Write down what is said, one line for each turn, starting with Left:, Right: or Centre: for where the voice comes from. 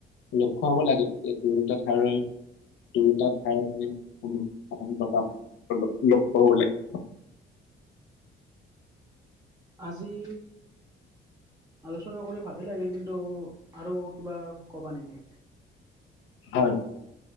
Left: লক্ষ্য হব লাগে যে দুয়োটা ঠাইয়ৰে দুয়োটা ঠাই মানে <unintelligible>
Right: আজি আলোচনা কৰি ভালে লাগিল কিন্তু, আৰু কিবা ক'বা নেকি?
Left: হয়।